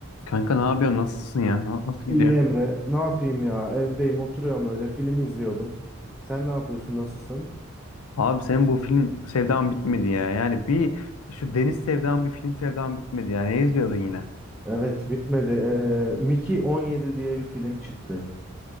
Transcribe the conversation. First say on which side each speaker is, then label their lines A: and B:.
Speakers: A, on the left; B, in the centre.
A: Kanka ne yapıyorsun? Nasılsın ya? Nasıl
B: İyi
A: gidiyor?
B: Emre, ne yapayım ya? Evdeyim, oturuyorum öyle film izliyordum. Sen ne yapıyorsun? Nasılsın?
A: Abi senin bu film sevdan bitmedi ya. Yani bir şu deniz sevdan bir film sevdan bitmedi ya. Ne izliyordun yine?
B: Evet, bitmedi. Ee, Mickey 17 diye bir film çıktı.